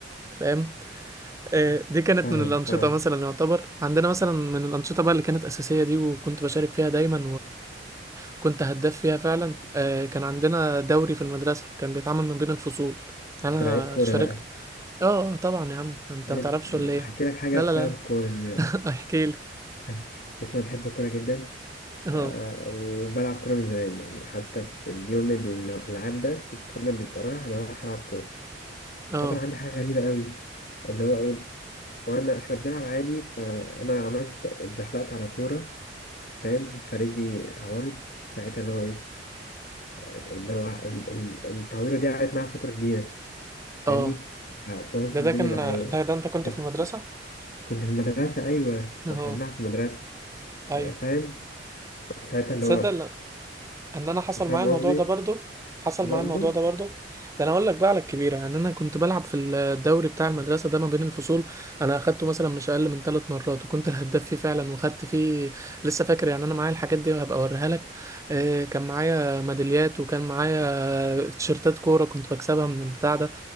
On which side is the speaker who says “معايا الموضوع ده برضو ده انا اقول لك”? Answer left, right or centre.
Right